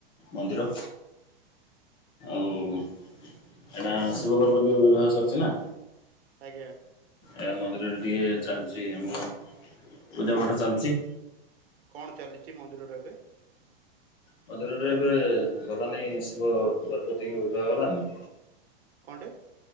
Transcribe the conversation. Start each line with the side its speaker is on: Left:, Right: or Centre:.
Left: ମନ୍ଦିର। ଆଉ ଏଇନା ଶିବ ପାର୍ବତୀ ଙ୍କ ବିବାହ ସରିଛି ନା।
Right: ଆଜ୍ଞା।
Left: ଏ ମନ୍ଦିରରେ ଟିକେ ଚାଲିଛି ଆମର ପୂଜା ପାଠ ଚାଲିଛି।
Right: କଣ ଚାଲିଛି ମନ୍ଦିରରେ ଏବେ?
Left: ମନ୍ଦିରରେ ଏବେ ଗଲା ନାଇ ଶିବ ପାର୍ବତୀଙ୍କ ବିବାହ ଗଲାନି।
Right: କଣଟେ?